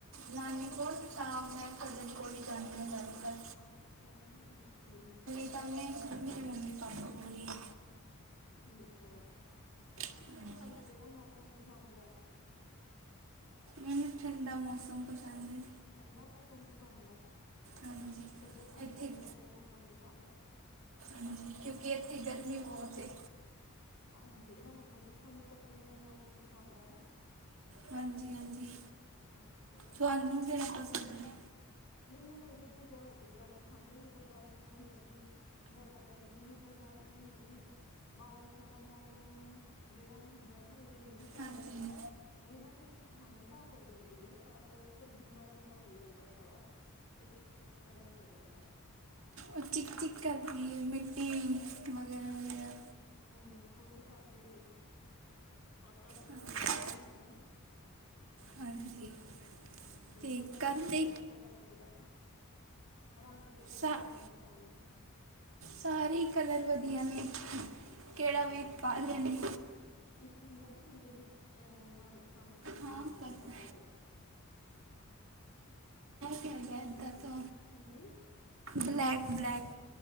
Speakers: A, on the right (about 65°); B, on the left (about 80°).
A: ਨਾਨੀ ਕੋਲ, ਤਾਂ ਮੈਂ ਘਰ ਜਾਨੀ ਆ। ਓਈ ਗਾਨੀ ਆ, ਗੱਲ ਕਰ।
B: ਅੱਛਾ ਜੀ, ਠੀਕ ਹੈ।
A: ਤਾਂ ਮੈਂ ਮੰਮੀ ਐ ਮੈਨੂੰ ਤੰਗ ਪੂਰੀ ਐ।
B: ਠੀਕ ਐ, ਤੁਹਾਨੂੰ
A: ਹਾਂਜੀ
B: ਕੇੜਾ ਮੌਸਮ ਪਸੰਦ ਐ?
A: ਮੈਨੂੰ ਠੰਡਾ ਮੌਸਮ ਪਸੰਦ ਏ।
B: ਠੰਡਾ ਮੌਸਮ ਕਿਦਾਂ ਹੁੰਦਾ,?
A: ਹਾਂਜੀ
B: ਫੇਰ ਤਾਂ ਤੁਹਾਨੂੰ
A: ਇੱਥੇ
B: ਸਰਦੀਆਂ ਦਾ ਈ ਮੌਸਮ ਪਸੰਦ ਐ।
A: ਹਾਂਜੀ, ਕਿਉਂਕਿ ਐੱਥੇ ਗਰਮੀ ਬੋਤ ਏ।
B: ਹਾਂਜੀ, ਏਦਾ ਮਤਲਬ ਕਿ ਤੁਹਾਨੂੰ ਸਰਦੀਆਂ ਦਾ ਈ ਮੌਸਮ ਪਸੰਦ ਐ।
A: ਹਾਂਜੀ-ਹਾਂਜੀ,
B: ਅੱਛਾ
A: ਤੁਹਾਨੂੰ ਕੇੜਾ ਪਸੰਦ ਐ?
B: ਮੈਨੂੰ ਮੀਡੀਅਮ ਜੇਆ ਹੋਵੇ, ਜਾਦਾ ਠੰਢ ਵੀ ਬਰਦਾਸ਼ਤ ਨੀ ਹੈਗੀ। ਜਾਦਾ ਗਰਮੀ ਵੀ ਬਰਦਾਸ਼ਤ ਨੀ ਹੈਗੀ। ਬਾਰਿਸ਼ਾਂ ਆਲਾ ਮੌਸਮ, ਜੇੜਾ ਹੁੰਦੈ ਨਾ ਜਿਵੇਂ ਮੀਂਅ ਪੈਂਦੇ
A: ਹਾਂਜੀ
B: ਨੇ। ਏਨਾਂ ਦੇ ਵਿੱਚ ਠੰਡ ਤਾਂ ਹੋ ਜਾਂਦੀ ਐ, ਪਰ ਫਿਰ ਗਿੱਲਾ- ਗਿੱਲਾ ਹੋ ਜਾਂਦੈ ਸਾਰਾ। ਫਿਰ ਚਿਪ-ਚਿਪ ਕਰਨ ਲੱਗ ਜਾਂਦੈ।
A: ਉੱਚੀ। ਟਿਕਾ ਕੀ ਏ, ਮਿੱਟੀ ਵਗੈਰਾ- ਵਗੈਰਾ।
B: ਹੂੰ, ਕੁਛ ਸਭ ਦੇ, ਵਾਤਾਵਰਨ
A: ਹਾਂਜੀ।
B: ਵੀ ਸਹੀ ਨੀ ਹੈਗਾ ਨਾ।
A: ਹਾਂਜੀ
B: ਅੱਛਾ,
A: ਤੇ
B: ਤੁਹਾਡਾ
A: ਕਰਦੇ
B: ਮਨਪਸੰਦ ਕਲਰ ਕੇੜੈ? ਰੰਗ ਕੇੜੈ ਤੁਹਾਡਾ
A: ਸਾ-
B: ਮਨਪਸੰਦ?
A: ਸਾਰੇ ਈ ਕਲਰ ਵਦੀਆ ਨੇ,
B: ਅੱਛਾ
A: ਕੇੜਾ ਵੀ
B: ਜੀ
A: ਪਾ ਲੈਨੀ।
B: ਇੱਕ ਹੁੰਦੈ ਨਾ ਬੰਦੇ ਦੀ, ਅਹ, ਮਨਪਸੰਦ ਚੀਜ਼
A: ਹਾਂ
B: ਹੁੰਦੀ
A: ਪਤਾ
B: ਐ, ਓਹੋ।
A: ਐ ਗਏ ਦਰ ਤੋ।
B: ਹਾਂਜੀ।
A: ਬਲੈਕ-ਬਲੈਕ।